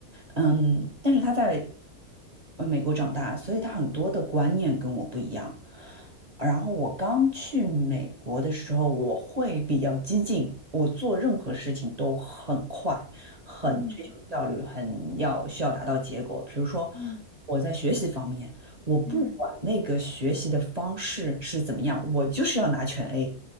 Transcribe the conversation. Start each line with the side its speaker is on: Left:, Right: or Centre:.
Right: 嗯，但是他在呃美国长大，所以他很多的观念跟我不一样。然后我刚去美国的时候，我会比较激进，我做任何事情都很快。很追求效率，
Left: 嗯
Right: 很要需要达到结果。比如说，
Left: 嗯
Right: 我在学习方面，我不管那个学习的方式是怎么样，
Left: 嗯
Right: 我就是要拿全 A，